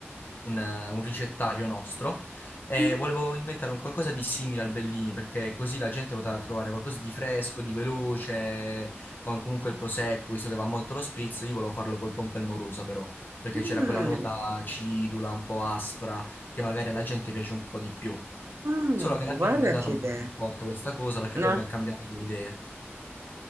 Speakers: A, on the left; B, on the right.
A: un, uh, un ricettario nostro e
B: Mm,
A: volevo inventare un qualcosa di simile al Bellini perché così la gente poteva trovare qualcosa di fresco, di veloce, con comunque il prosecco, visto che va molto lo spritz. Io volevo farlo col pompelmorosa però, perché
B: mm,
A: c'era quella nota acidula, un po' aspra, che magari alla gente piace un po' di più.
B: mm,
A: Solo che alla fine
B: guarda
A: non è andata
B: che
A: molto
B: idea.
A: in porto questa cosa perché
B: No?
A: poi abbiamo cambiato le idee.